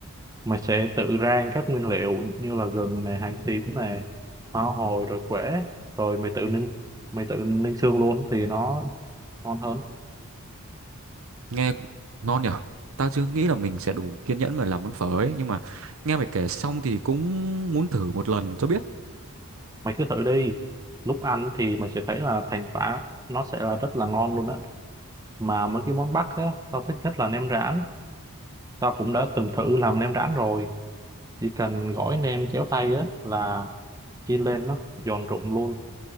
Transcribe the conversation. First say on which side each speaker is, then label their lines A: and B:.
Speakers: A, on the right; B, on the right.
A: mày sẽ tự rang các nguyên liệu như là gừng này, hành tím này hoa hồi rồi quế rồi mày tự ninh mày tự ninh xương luôn thì nó ngon hơn
B: nghe ngon nhở tao chưa nghĩ là mình sẽ đủ kiên nhẫn mà làm món phở ấy nhưng mà nghe mày kể xong thì cũng muốn thử một lần cho biết
A: mày cứ thử đi lúc ăn thì mày sẽ thấy là thành quả nó sẽ là rất là ngon luôn á mà mấy cái món Bắc á tao thích nhất là nem rán tao cũng đã từng thử làm nem rán rồi chỉ cần gói nem kéo tay á là chiên lên nó giòn rụm luôn